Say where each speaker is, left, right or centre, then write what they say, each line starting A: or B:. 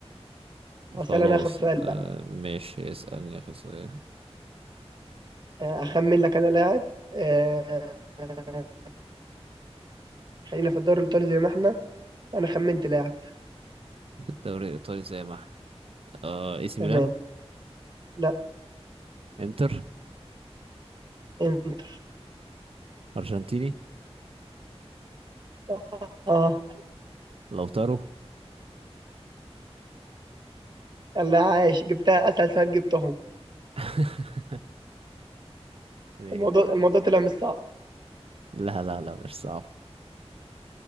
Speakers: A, on the right; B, on the right.
A: اسال
B: خلاص
A: انا اخر سؤال
B: آه
A: بقى
B: ماشي اسألني في السؤال
A: آه، اخمن لك انا لاعب آه، آه، خلينا في الدوري الايطالي زي ما احنا انا خمنت لاعب
B: الدوري الإيطالي زي ما احنا آه اي سي
A: تمام
B: ميلان
A: لا
B: انتر
A: انتر
B: ارجنتيني
A: اه آه.
B: لوتارو
A: يلا عايش جبتها اسهل سؤال جبتهم
B: <laughs> مية
A: الموضوع
B: مية
A: الموضوع طلع مش صعب
B: لا لا لا مش صعب